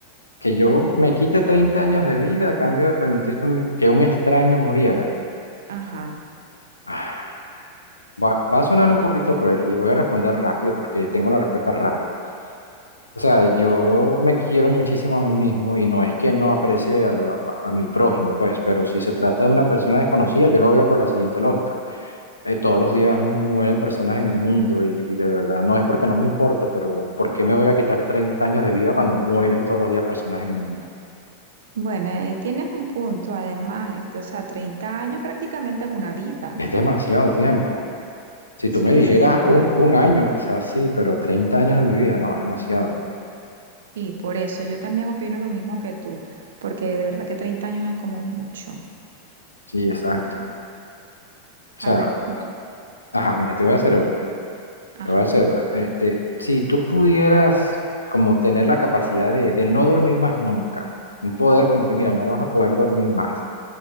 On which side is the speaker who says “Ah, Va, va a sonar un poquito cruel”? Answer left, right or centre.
Left